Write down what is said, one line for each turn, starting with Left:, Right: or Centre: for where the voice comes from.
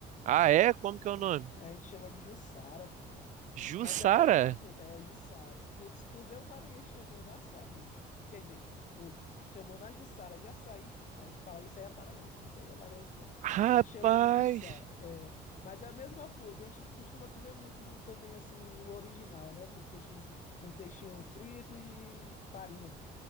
Right: Ah, é? Como que é o nome?
Left: É, a gente chama de Jussara, pô.
Right: Jussara?
Left: Mas é a mesma fruta, é Jussara. Se, se tu vê o Maranhense chamando açaí, quer dizer, ô, chamando a Jussara de açaí, aí tu fala, isso aí é paraense, isso aí não é maranhense não.
Right: Rapaz!
Left: A gente chama de Jussara. É, mas é a mesma fruta, a gente costuma comer muito também assim, o original, né? Com peixe, um peixinho frito e farinha.